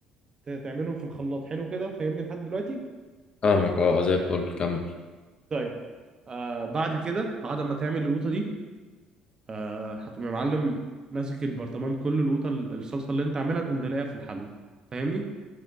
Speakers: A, on the right; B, on the left.
A: ت- تعملهم في الخلاط حلو كده فاهمني لحد دلوقتي
B: فاهمك اه زي الفل كمل
A: طيب آه بعد كده بعد ما تعمل القوطه دي آه هتقوم يا معلم ماسك البرطمان كله القوطه ال- الصلصه اللي انت عاملها تقوم دلقها في الحله فاهمني